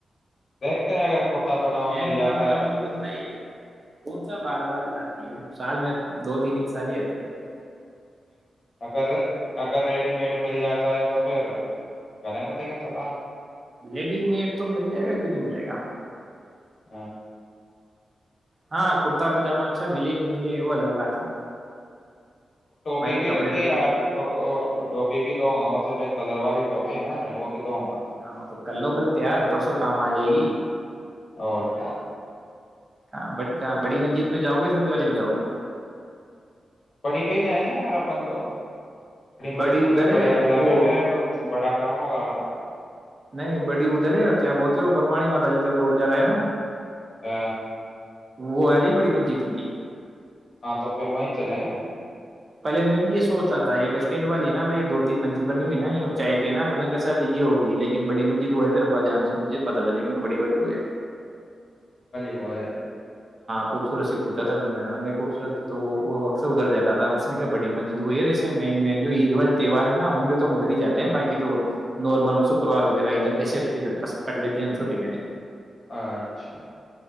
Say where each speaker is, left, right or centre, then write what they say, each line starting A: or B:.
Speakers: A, on the left (about 50°); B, on the right (about 35°).
A: دیکھتے ہیں اگر کرتا پاجامہ
B: ایک نیا
A: مل
B: کررتا
A: جاتا
B: پجاما
A: ہے
B: تو بنتا ہی ہے کون سا بار بار آتی ہے سال میں دو تین ساری آتی ہے کیا
A: اگر اگر ریڈی میڈ مل جاتا ہوتا ہے تو پھر کریں گے دیکھے تلا
B: لیڈی مڈ تو مل جائے گا کیوں نہیں ملے گا
A: ہاں
B: ہاں کرتا پجاما اچھا ملیے ملے وہ الگ بات ہے
A: ٹوپی
B: باقی
A: بھی
B: کپڑے
A: رکھی
B: تو
A: ہے ٹوپی بھی دووں گا وہ سفید کلر والیٹپی ہے نا اپنے وہ بھی دووں گا
B: ہاں تو کل لو کل تیار پرسوں کام آ جائے گی
A: اور کیا
B: ہاں بڑی مسجد میں جاؤ گے چھوٹی والی میں جاؤ گے
A: بڑی پہ ج آئےیں یار اپن تو
B: بڑی
A: مسجد
B: ادھر
A: پہ بڑے
B: ہے
A: اللہ
B: وہ
A: بیٹھے ہیں تو بڑا کام ہوگا اپنا
B: نہیں بڑی ادھر ہے کیا بولتے ہو برمانی ماتا جی جب روڈ جا رہا ہے نا
A: ہ
B: وہ ہےر بڑی من جی ت ان کی
A: ہاں تو پھر وہیں چلیں گے
B: پہے میں بھی یہ سوچتا تھا یہ بس اسٹینڈ والی نا بھائی یہ دو تین منزل بنی ہوئی نا چائے پہ ہے نا تو میںسھ یہ ہوگی لیکن بڑی مسجد ہوا ہے پھر ابا جان سےجھے پتا چل بڑی والی ہو ہے
A: کو
B: خوبصورت سے گھدتا تھا پھر میں نے خوبصورت تو وہ اکسر ادھراتا تھا اس نے کہ بڑی مسجد تو وہ یہ ایس جو عید والے تہوار ہے نا ان پہ تو ادھر ہی جاتے
A: ہاں،
B: ہیں باقی تو نارمل شکوار وغیرہ ادھر ایے ادھر پڑ لیتے ہم چھوٹی میں نے
A: اچھا